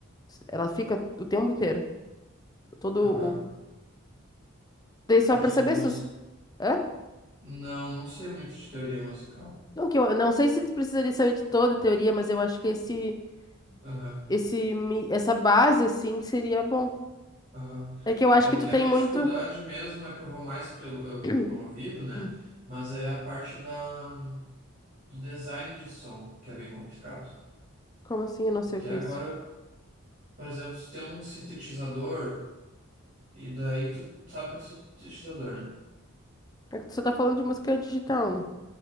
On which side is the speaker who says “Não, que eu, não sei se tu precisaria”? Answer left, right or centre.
Left